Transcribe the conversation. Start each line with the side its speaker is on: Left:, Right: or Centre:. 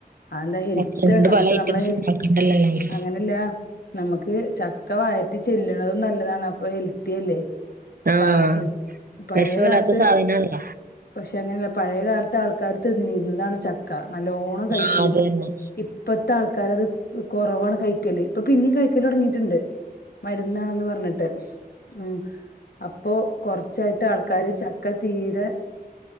Left: അതെന്താ ഹെൽത്ത്
Right: ചക്കയും കൊണ്ട്
Left: നമുക്ക്
Right: പല ഐറ്റംസ്
Left: നമ്മളെ ഹെൽ
Right: ഉണ്ടാക്കണ്ടല്ലോ എല്ലാവരും
Left: അങ്ങനല്ല നമുക്ക് ചക്ക വയറ്റി ചെല്ലണതും നല്ലതാണ് അപ്പൊ ഹെൽത്തിയല്ലേ
Right: ആഹ്
Left: പ പഴയ
Right: വിഷമില്ലാത്ത
Left: കാലത്ത്
Right: സാധനല്ല
Left: പക്ഷെ അങ്ങനെയല്ല പഴയകാലത്ത് ആൾക്കാര് തിന്നി ഇരുന്നതാണ് ചക്ക നല്ലോണം കഴിച്ചിരുന്നു
Right: ആഹ് അത് തന്നെ
Left: ഇപ്പത്തെ ആൾ ക്കാരത് കുറവാണ് കഴിക്കല് ഇപ്പൊ പിന്നെയും കഴിക്കല് തുടങ്ങിട്ടുണ്ട് മരുന്നാണെന്ന് പറഞ്ഞിട്ട് ഉം അപ്പൊ കൊറച്ചായിട്ട് ആൾക്കാര് ചക്ക തീരെ